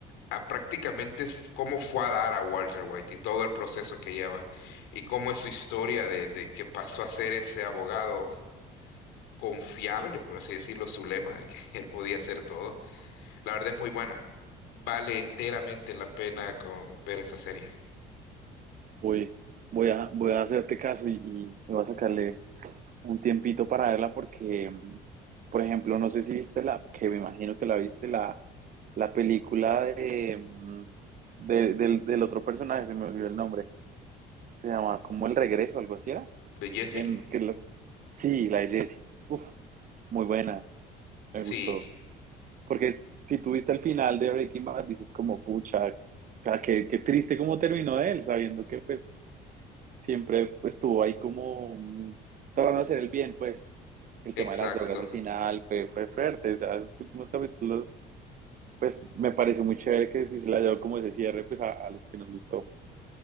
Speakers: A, on the left; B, on the right.
A: a prácticamente f- cómo fue a dar a Walter White y todo el proceso que lleva y cómo es su historia de, de que pasó a ser ese abogado confiable, por así decirlo, su lema de que <laughs> él podía hacer todo. La verdad es muy buena. Vale enteramente la pena con- ver esta serie.
B: voy, voy a, voy a hacerte caso y, y- y voy a sacarle un tiempito para verla porque, por ejemplo, no sé si viste la, que me imagino que la viste, la, la película de, mm, de- del, del otro personaje, se me olvidó el nombre, se llama como El Regreso, algo así era.
A: ¿De Jesse?
B: En, que la- sí, la de Jessie. Uf, muy buena, me
A: Sí,
B: gustó. Porque si tú viste el final de Breaking Bad, dices como, pucha, o sea, qué, qué triste cómo terminó él, sabiendo que pues siempre pues, estuvo ahí como mm, tratando de hacer el bien, pues. el
A: exacto.
B: tema de las drogas al final fue, fue fuerte, o sea, esos últimos capítulos, pues me pareció muy chévere que si se la llevó como ese cierre, pues a, a los que nos gustó.